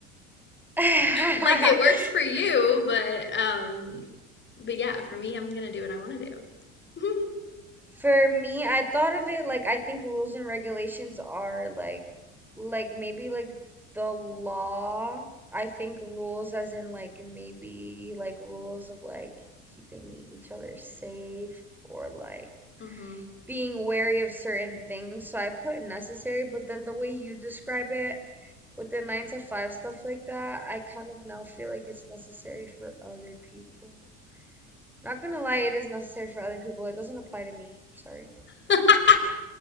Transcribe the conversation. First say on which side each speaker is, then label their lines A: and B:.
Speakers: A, in the centre; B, on the left.
A: <laughs>
B: Like it works for you, but um but yeah, for me, I'm gonna do what I want to do." <laughs>
A: For me, I thought of it like I think rules and regulations are like like maybe like the law. I think rules as in like maybe like rules of like keeping each other safe or like
B: hmm
A: being wary of certain things. So I put necessary, but then the way you describe it with the nine to five stuff like that, I kind of now feel like it's necessary for other people. Not gonna lie, it is necessary for other people. It doesn't apply to me. Sorry.
B: <laughs>